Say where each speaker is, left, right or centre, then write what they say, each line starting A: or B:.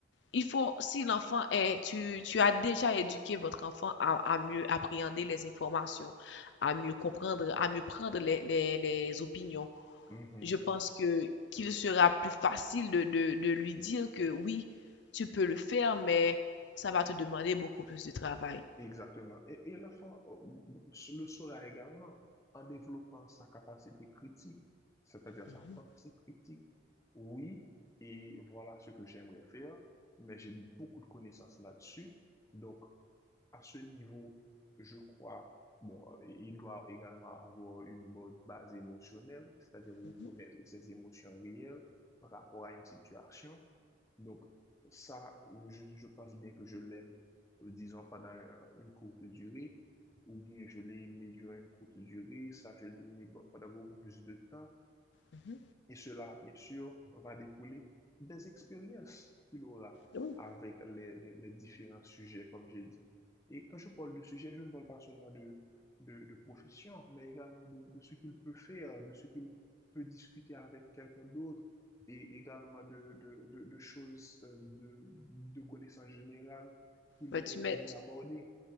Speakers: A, on the left (about 65°); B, on the left (about 15°).
A: Il faut, si l'enfant est, tu, tu as déjà éduqué votre enfant à, à mieux appréhender les informations, à mieux comprendre, à mieux prendre les, les, les opinions.
B: Mhm.
A: Je pense que qu'il sera plus facile de, de, de lui dire que oui, tu peux le faire, mais ça va te demander beaucoup plus de travail.
B: Exactement. Et, et l'enfant euh, le saura également en développant sa capacité critique, c'est-à-dire
A: Mhm,
B: sa pensée critique. Oui, et voilà ce que j'aimerais faire, mais j'ai beaucoup de connaissances là-dessus. Donc, à ce niveau, je crois, bon, euh, il doit également avoir une bonne base émotionnelle, c'est-à-dire reconnaître
A: mhm,
B: ses émotions réelles par rapport à une situation. Donc, ça, je, je pense bien que je l'aime, euh, disons, pendant un- une courte durée, ou bien je l'ai aimé durant une courte durée, ça, je l'ai aimé bo- pendant beaucoup plus de temps.
A: mhm.
B: Et cela, bien sûr, va découler des expériences qu'il aura
A: Oui.
B: avec les, les- les différents sujets, comme j'ai dit. Et quand je parle de sujet, je ne parle pas seulement de, de, de profession, mais également de, de ce qu'il peut faire, de ce qu'il peut discuter avec quelqu'un d'autre, et également de, de, de, de choses, euh, de, de connaissances générales qu'il
A: Ouais, tu
B: aimerait
A: mets,
B: bien aborder.